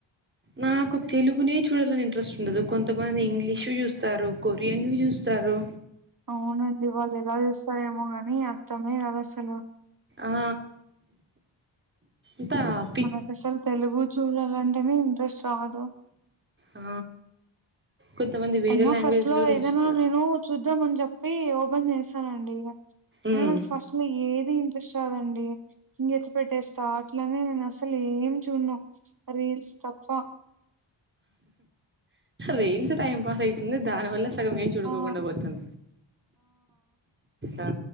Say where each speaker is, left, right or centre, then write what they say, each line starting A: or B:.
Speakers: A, on the right; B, on the right.
A: నాకు తెలుగునే చూడల్లని ఇంట్రెస్టుండదు కొంతమంది ఇంగ్లీషు జూస్తారు కొరియన్వి చూస్తారు
B: అవునండి వాళ్ళు ఎలా చేస్తారేమో కానీ అర్థమే కాదు అసలు
A: ఆ ఇతాబ్
B: మనకు అసలు తెలుగు చూడాలంటేనే ఇంట్రెస్ట్ రాదు
A: ఆ కొంతమంది
B: కైన్
A: వేరే
B: ఆఫ్
A: లాంగ్వేజ్
B: ఫస్ట్ లో
A: కూడా
B: ఏదైనా
A: చూస్తారు
B: నేను చూద్దాం అని చెప్పి ఓపెన్ చేస్తానండి
A: ఉమ్
B: అయినా ఫస్ట్ ఇట్లా ఏది ఇంట్రెస్ట్ రాదండి ఇంగ విడిచి పెట్టేస్తా అట్లనే నేను ఆస అసలు ఏం చూడను రీల్స్ తప్ప
A: రైన్స్ టైం పాస్ అయితుంది దాని వల్ల సగం ఏం చూడుకోకుండా
B: ఆ
A: పోతున్నాం ఆ